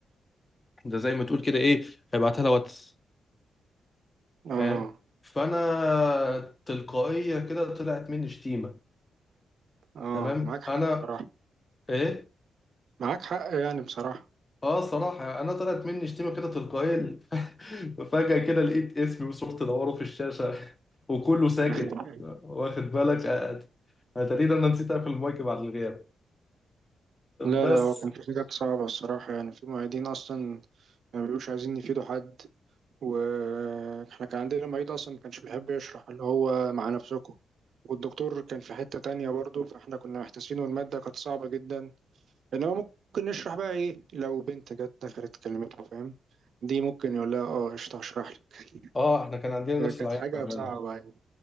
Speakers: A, on the left; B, on the right.
A: ده زي ما تقول كده ايه هيبعتها لها واتس فاهم
B: اه
A: فانا تلقائيه كده طلعت مني شتيمه
B: اه
A: تمام
B: معاك حق
A: انا
B: بصراحة
A: ايه
B: معاك حق يعني بصراحة
A: اه صراحه انا طلعت مني شتيمه كده تلقائيه <laughs> فجاه كده لقيت اسمي وصورتي دوره في الشاشه <laughs> وكله ساكت
B: <laughs>
A: واخد بالك آه، انا تقريبا انا نسيت اقفل المايك بعد الغياب
B: لا
A: بس
B: لا هو كان في حاجات صعبة الصراحة يعني في معيدين أصلا ما بيبقوش عايزين يفيدوا حد وإحنا كان عندنا معيد أصلا ما كانش بيحب يشرح اللي هو مع نفسكم والدكتور كان في حتة تانية برضه فإحنا كنا محتاسين والمادة كانت صعبة جدا إنما ممكن نشرح بقى إيه لو بنت جت دخلت كلمتها فاهم دي ممكن يقول لها اه قشطة هشرح لك
A: اه احنا كان عندنا نفس
B: كانت
A: العيان
B: حاجة
A: بامانه
B: صعبة يعني